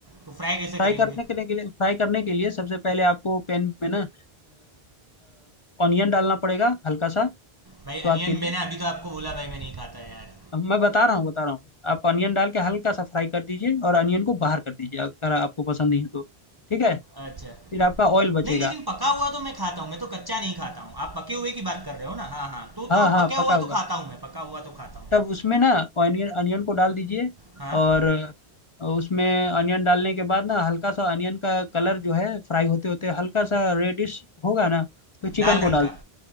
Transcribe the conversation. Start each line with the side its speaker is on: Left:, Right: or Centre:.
Right: तो फ्राई कैसे
Left: फ्राई
Right: करेंगे
Left: करने के लिए के लिए- फ्राई करने के लिए सबसे पहले आपको पैन में ना ऑनियन डालना पड़ेगा हल्का सा
Right: भाई
Left: स्वाद
Right: अनियन
Left: के लिए
Right: मैंने अभी तो आपको बोला भाई मैं नहीं खाता है यार
Left: अब मैं बता रहा हूँ बता रहा हूँ आप ऑनियन डाल के हल्का सा फ्राई कर दीजिए और ऑनियन को बाहर कर दीजिए अगर आपको पसंद नहीं है तो ठीक है
Right: अच्छा
Left: फिर आपका ऑयल बचेगा
Right: नहीं लेकिन पका हुआ तो मैं खाता हूँ मैं तो कच्चा नहीं खाता हूँ आप पके हुए की बात कर रहे हो ना हाँ हाँ तो
Left: हाँ
Right: तो
Left: हाँ
Right: पका
Left: पका
Right: हुआ
Left: हुआ
Right: तो खाता हूँ मैं पका हुआ तो खाता हूँ
Left: तब उसमें ना ऑनियन ऑनियन को डाल दीजिए
Right: हाँ
Left: और उसमें ऑनियन डालने के बाद ना हल्का सा ऑनियन का कलर जो है फ्राई होते होते हल्का सा रेडिश होगा ना तो चिकन
Right: लाल
Left: को
Right: रंग
Left: डाल
Right: का